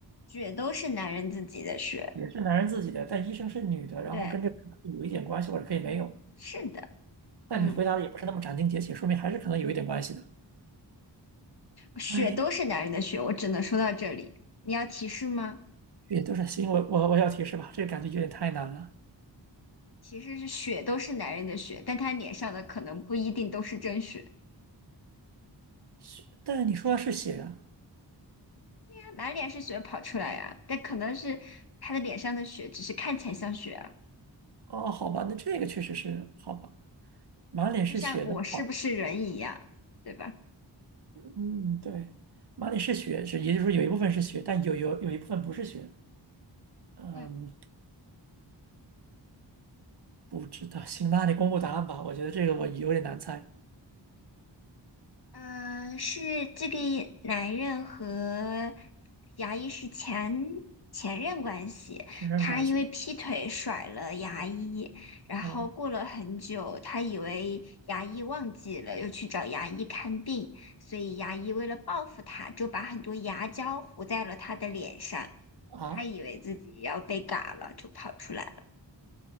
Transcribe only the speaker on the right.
也是男人自己的，但医生是女的，然后跟这个可能有一点关系，
或者可以没有。
但你回答的也不是那么斩钉截铁，
说明还是可能有一点关系的。
哎，
这也都是行，我我我要提示吧，这个感觉有点太难了。
血，但你说的是血啊。
哦，好吧，那这个确实是好吧。满脸是血的，
好，
嗯，对，满脸是血，是也就是说有一部分是血，但有有有一部分不是血。嗯，
不知道，行那你公布答案吧。我觉得这个我有点难猜，
亲身关系。
哦
啊，